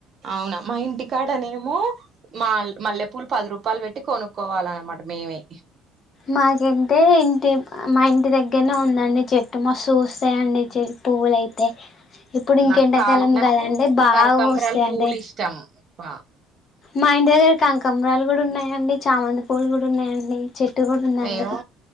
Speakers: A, on the right; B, on the left.
A: అవునా మా ఇంటికాడనే మ మల్ మల్లె ప పూలు పది రూపాయలు పెట్టి కొనుక్కోవాలిన్నమాట మేమే
B: మాకంటే ఇంటి మా ఇంటి దగ్గరనే ఉందండి చెట్టు మస్తు చూస్తాయంండి చెట్ పువ్వులైతే ఇప్పుడు ఇంకెండాకాలం
A: నాకు కాల్ నాకు
B: కదండి బాగా
A: కరకంబరాల
B: వస్తాయిండి
A: పూలు ఇష్టం ఎక్కువ.
B: మైండ కాంకంబరాలు కూడా ఉన్నాయండి చామంద పూలు కూడా ఉన్నాయండి చెట్టు కూడా ఉందండి
A: మేము